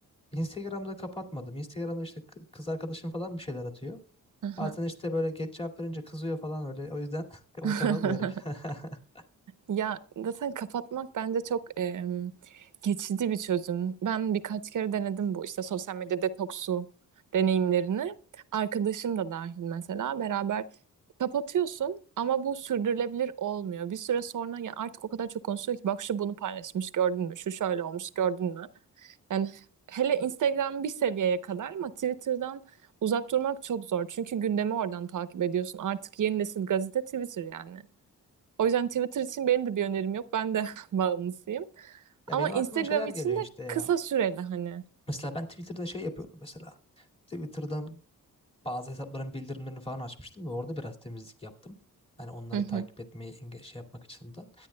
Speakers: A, on the left (about 15°); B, on the right (about 65°).
A: Instagram'da kapatmadım. Instagram'da işte kı- kız arkadaşım falan bir şeyler atıyor.
B: hı hı.
A: Bazen işte böyle geç cevap verince kızıyor falan öyle. O yüzden <laughs> kapalı
B: <laughs>
A: kapatmıyorum. <laughs>
B: Ya zaten kapatmak bence çok em, geçici bir çözüm. Ben birkaç kere denedim bu işte sosyal medya detoksu deneyimlerini. Arkadaşım da dahil mesela beraber kapatıyorsun ama bu sürdürülebilir olmuyor. Bir süre sonra ya artık o kadar çok konuşuyor ki bak şu bunu paylaşmış gördün mü? Şu şöyle olmuş gördün mü? Yani hele Instagram bir seviyeye kadar ama Twitter'dan uzak durmak çok zor. Çünkü gündemi oradan takip ediyorsun. Artık yeni nesil gazete Twitter yani. O yüzden Twitter için benim de bir önerim yok. Ben de <laughs> bağımlısıyım.
A: Ya
B: Ama
A: benim
B: Instagram
A: aklıma şeyler
B: için
A: geliyor işte
B: de
A: ya.
B: kısa süreli hani.
A: Mesela ben Twitter'da şey yapıyordum mesela. Twitter'dan bazı hesapların bildirimlerini falan açmıştım da orada biraz temizlik yaptım. Hani onları
B: Hı hı.
A: takip etmeyi enge şey yapmak açısından.